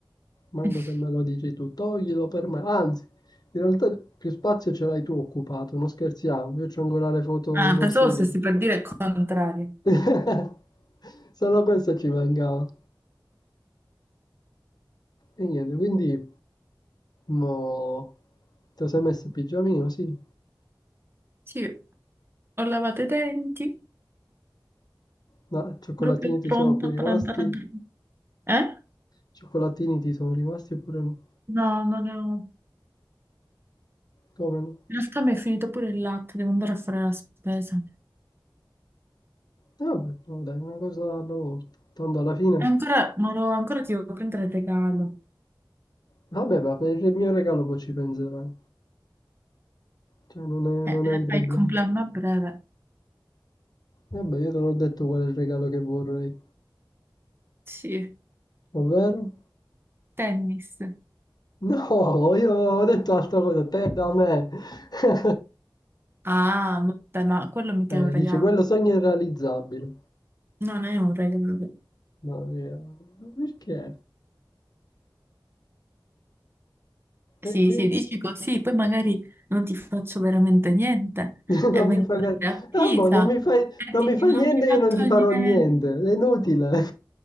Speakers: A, on the left; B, on the right.
A: Manco
B: <laughs>
A: se me lo dici tu, toglilo per me. Anzi, in realtà più spazio ce l'hai tu occupato, non scherziamo. Io c'ho ancora le foto
B: Ah,
A: dei nostri
B: pensavo
A: viaggi.
B: stessi per dire il contrario.
A: <laughs> Solo questo ci mancava. E niente, quindi mo ti sei messo il pigiamino, sì.
B: Sì, ho lavato i denti.
A: Ma cioccolatini
B: proprio
A: ti
B: pronta
A: sono più rimasti?
B: per andare a dormire. Eh?
A: Cioccolatini ti sono rimasti oppure no?
B: No, non ne ho.
A: Come no?
B: In realtà mi è finito pure il latte, devo andare a fare la spesa.
A: E eh, vabbè, no, dai, una cosa alla volta. Tanto alla fine,
B: E ancora, ma no, ancora ti devo prendere il regalo.
A: vabbè, ma per il mio regalo poi ci penserai. Cioè, non è,
B: Eh,
A: non
B: eh,
A: è un problema.
B: fai il compleanno a breve.
A: Vabbè, io te l'ho detto qual è il regalo che vorrei.
B: Sì.
A: Ovvero?
B: Tennis.
A: No, io ho detto altra cosa, te da me. <laughs>
B: Ah, vabbè, ma quello mica
A: Eh,
B: è un regalo.
A: dici, quello sogno è irrealizzabile.
B: Non è un regalo.
A: Ma io- ma perché?
B: Sì,
A: E quindi
B: sì, dici così, poi magari non ti faccio veramente niente
A: <laughs>
B: e
A: non
B: vengo
A: mi fai per...
B: da te a Pisa
A: Ah, boh, non mi fai...
B: e
A: non
B: dici
A: mi fai
B: non
A: niente,
B: mi hai fatto
A: io non ti farò
B: niente,
A: niente. È inutile.